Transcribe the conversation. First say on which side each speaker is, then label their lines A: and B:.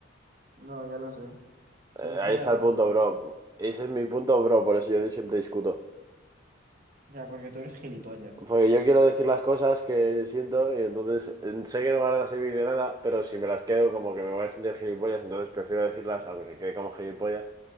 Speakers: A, on the right; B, on the right.
A: No, ya lo sé. Se
B: Eh,
A: va a enfadar
B: ahí está
A: más.
B: el punto, bro. Ese es mi punto, bro. Por eso yo siempre discuto.
A: Ya, porque tú eres gilipollas.
B: Porque yo quiero decir las cosas que siento y entonces eh, sé que no van a servir de nada, pero si me las quedo como que me voy a sentir gilipollas, entonces prefiero decirlas aunque quede como gilipollas.